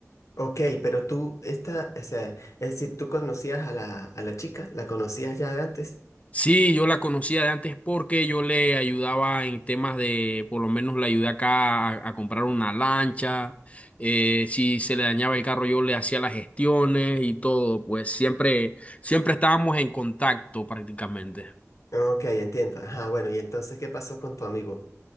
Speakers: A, on the left; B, on the left.
A: ok, pero tú, esta, o sea, es decir, tú conocías a la, a la chica, la conocías ya de antes.
B: Sí, yo la conocía de antes porque yo le ayudaba en temas de, por lo menos le ayudé acá a, a comprar una lancha, eh, si se le dañaba el carro yo le hacía las gestiones y todo, pues siempre, siempre estábamos en contacto prácticamente.
A: Ok, entiendo. Ajá, bueno, y entonces, ¿qué pasó con tu amigo?